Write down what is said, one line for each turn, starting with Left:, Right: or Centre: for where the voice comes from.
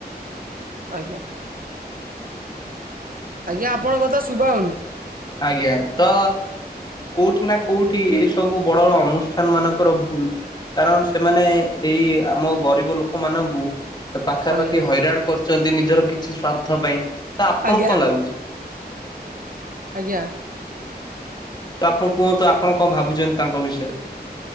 Right: ଆଜ୍ଞା। ଆଜ୍ଞା ଆପଣ କଥା ଶୁଭା ହୋଉନୁ।
Left: ଆଜ୍ଞା ତ କୋଉଠି ନା କୋଉଠି ଏଇ ସବୁ ବଡ ବଡ ଅନୁଷ୍ଠାନ ମାନଙ୍କର ଭୁଲ। କାରଣ ସେମାନେ ଏଇ ଆମ ଗରିବ ଲୋକ ମାନଙ୍କୁ ଏ ପାଖାପାଖି
Right: ଆଜ୍ଞା
Left: ହଇରାଣ କରୁଚନ୍ତି ନିଜର କିଛି ସ୍ଵାର୍ଥ ପାଇଁ ତ ଆପଣଙ୍କୁ
Right: ଆଜ୍ଞା
Left: କଁ ଲାଗୁଚି।
Right: ଆଜ୍ଞା।
Left: ତ ଆପଣ କୁହତୁ ଆପଣ କଁ ଭାବୁଚନ୍ତି ତାଙ୍କ ବିଷୟରେ?